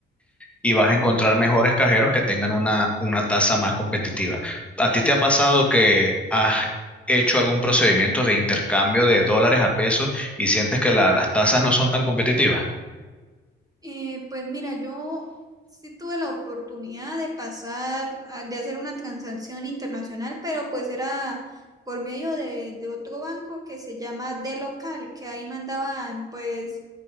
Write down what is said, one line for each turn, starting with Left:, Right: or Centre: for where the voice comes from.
Centre: y vas a encontrar mejores cajeros que tengan una, una tasa más competitiva. ¿A ti te ha pasado que has hecho algún procedimiento de intercambio de dólares a pesos y sientes que la- las tasas no son tan competitivas?
Right: Eh, pues mira, yo sí tuve la oportunidad de pasar, a- de hacer una transacción internacional, pero pues era por medio de, de otro banco que se llama De Local, que ahí mandaban pues